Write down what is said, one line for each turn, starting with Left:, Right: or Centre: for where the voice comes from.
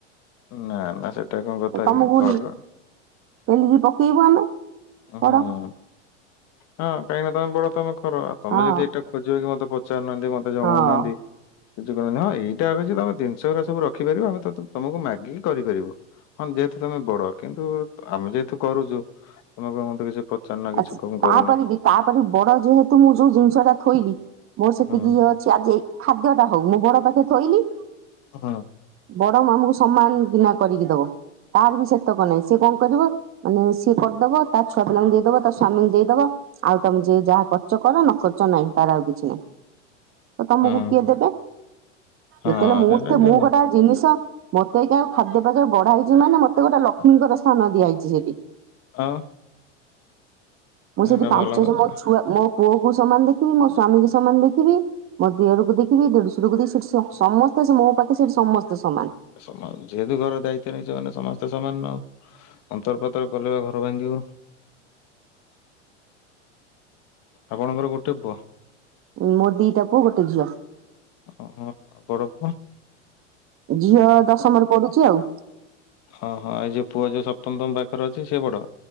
Left: ନା ନା ସେଟା କଣ କଥା
Right: ତମକୁ
Left: କି ଘରର
Right: ପେଲିକି ପକେଇବୁ ଆମେ
Left: ହୁଁ।
Right: ପଡ।
Left: ହଁ କାହିଁକିନା ତମେ ବଡ ତମେ କର ଆ ତମେ
Right: ହଁ
Left: ଯଦି ଏଟା ଖୋଜିବ କି ମତେ ପଚାରୁନାହାନ୍ତି ମତେ ଜଣୋଉନାହାନ୍ତି
Right: ହଁ
Left: କିଛି କୋହୁନାହାନ୍ତି ହଁ ଏଇଟା ଆଗ ଯେ ତମେ ଜିନିଷଉରା ସବୁ ରଖିପାରିବ ଆମେ ତ ତମକୁ ମାଗିକି କରିପାରିବୁ। ହଁ ଯେହେତୁ ତମେ ବଡ କିନ୍ତୁ ଆମେ ଯେହେତୁ କରୁଚୁ ତମେ କହିବ ମତେ କିଛି ପଚାରୁ ନା
Right: ଆ
Left: କିଛି କଣ
Right: ତାପରେ
Left: କରୁନା।
Right: ବି ତାପରେ ବଡ ଯେହେତୁ ମୁଁ ଯୋଉ ଜିନିଷଟା ଥୋଇଲି ମୋର ସେତିକି
Left: ହଁ
Right: ଇଏ ଅ ଅଛି ଆଜି ଏଇ ଖାଦ୍ୟଟା ହୋଉ ମୁଁ ବଡ ପାଖରେ ଥୋଇଲି
Left: ଅହଁ।
Right: ବଡ ମାମୁକୁ ସମାନ ନକରିକି ଦବ। ତାର ବି ସେତକ ନାହିଁ ସିଏ କଣ କରିବ ମାନେ ସିଏ କରିଦବ ତା ଛୁଆ ପିଲାଙ୍କୁ ଦେଇଦବ ତା ସ୍ୱାମୀକୁ ଦେଇଦବା ଆଉ ତମେ ଯିଏ ଯାହା କରଚ କର ନ କରଚ ନାହିଁ ତାର ଆଉ କିଛି ନାହିଁ। ତ ତମକୁ
Left: ହଁ
Right: କିଏ ଦେବେ
Left: ହଁ
Right: ଯେତେଳେ ମୁଁ
Left: ସେଇଟା
Right: ତ
Left: କି
Right: ମୁଁ ଗୋଟାଏ ଜିନିଷ ମତେ ଏଇକା ଆଉ ଖାଦ୍ୟ <unintelligible> ବଢା ହେଇଚି ମାନେ ମତେ ଗୋଟେ ଲକ୍ଷ୍ମୀଙ୍କର ସ୍ଥାନ ଦିଆହେଇଚି ସେଠି
Left: ଆଉ।
Right: ମୁଁ ସେଇଠି
Left: ଏଇଟା
Right: ପାଞ୍ଚ
Left: ଭଲ କଥା
Right: ଜଣ ମୋ
Left: ନା।
Right: ଛୁଆ ମୋ ପୁଅକୁ ସମାନ ଦେଖିବି ମୋ ସ୍ଵାମୀକୁ ସମାନ ଦେଖିବି ମୋ ଦିଅରକୁ ଦେଖିବି ଦେଢଶରକୁ ଦେଇ ସେଠି ସ-ସମସ୍ତେ ମୋ ପାଖେ ସେଠି ସମସ୍ତେ ସମାନ।
Left: ସମାନ ଯେହେତୁ ଘର ଦାୟିତ୍ୱ ନେଇଚ ମାନେ ସମସ୍ତେ ସମାନ ନୁହ ଅନ୍ତର ପାତର କଲେ ପା ଘର ଭାଙ୍ଗିବ। ଆପଣଙ୍କର ଗୋଟେ ପୁଅ?
Right: ଉ ମୋ ଦିଇଟା ପୁଅ ଗୋଟେ ଝିଅ।
Left: ଓହୋ ଆଉ ବଡ଼ପୁଅ?
Right: ଝିଅ ଦଶମରେ ପଡୁଚି ଆଉ।
Left: ହଁ ହଁ ଏଇ ଯିଏ ପୁଅ ଯିଏ ସପ୍ତମ ତମ ପାଖରେ ଅଛି ସିଏ ବଡ଼?